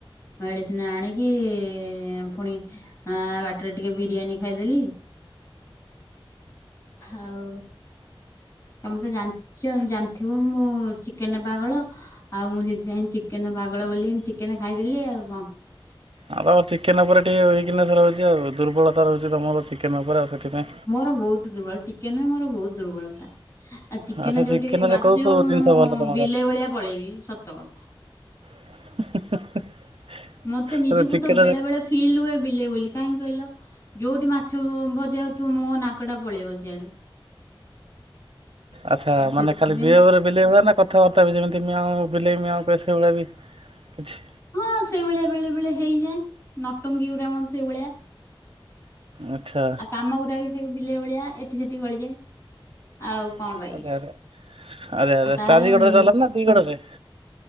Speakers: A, on the left; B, on the right.
A: ମେଡିସିନ ଆଣିକି ଇ ଫୁଣି ଆ ବାଟରେ ଟିକେ ବିରିୟାନୀ ଖାଇଦେଲି। ଆଉ ତମେ ତ ଜାଣିଛ ଜାଣି ଥିବ ମୁଁ ଚିକେନ୍ ପାଗଳ ଆଉ ମୁଁ ସେଥିପାଇଁ ଚିକେନ ପାଗଳ ବୋଲି ଚିକେନ୍ ଖାଇଦେଲି ଆଉ। <unintelligible>
B: ହଁ ତମର ଚିକେନ ଉପରେ ଟିକେୱିକନେସ ରହୁଛି ଆଉ ଦୁର୍ବଳତା ରହୁଛି ତମର ଚିକେନ ଉପରେ ଆଉ। ସେଥିପାଇଁ।
A: ମୋର ବହୁତ ଦୁର୍ବଳ ଚିକେନ୍ ବି ମୋର ବହୁତ ଦୁର୍ବଳତା। ଆଉ ଚିକେନ
B: ଆଚ୍ଛା
A: ଯୋଉଠିକି ବାସିବ
B: ରେ କୋଉ କୋଉ
A: ମୁଁ
B: ଜିନିଷ ଭଲ ତମର
A: ବିଲେଇ ଭଳିଆ ପଳେଇବି ସତ କଥା। <inaudible>
B: <unintelligible>
A: ମତେ ନିଜକୁ
B: ଚିକେନ
A: ତ ବେଳେ
B: ରେ
A: ବେଳେ ଫିଲ୍ ହୁଏ ବିଲେଇ ବୋଲି କାହିଁକି କହିଲ? ଯୋଉଠି ମାଛ ଛ ଭଜା ହ ତୁ ମୋ ନାକ ଟା ପଳେଇବ ସିଆଡେ।
B: ଆଚ୍ଛା
A: ଆଉ ସେଥିପାଇଁ
B: ମାନେ ଖାଲି <unintelligible> ବିଲେଇ ହୁଏ ନା କଥାବାର୍ତ୍ତା ବି ଯେମିତି ମିଆୟୁ ବିଲେଇ ମିଆଉ ସେ ଭଳିଆ ବି କିଛି?
A: ହଁ ସେଇଭଳିଆ ବେଳେ ବେଳେ ହେଇଯାଏ ନଟଙ୍ଗୀ ଉରୋମ ସେଇଭଳିଆ।
B: ଆଚ୍ଛା
A: ଆଉ କାମଗୁରା ବି ସେ ବିଲେଇ ଭଳିଆ ଏଠି ସେଠି ଗଳିଯାଏ ଆଉ।
B: <unintelligible>
A: କଣ କହିବି
B: ଚାରି
A: ଆଉ ତାର
B: ଗୋଡ଼ରେ
A: ଉଁ
B: ଚାଲ ନା ଦି ଗୋଡ଼ ରେ?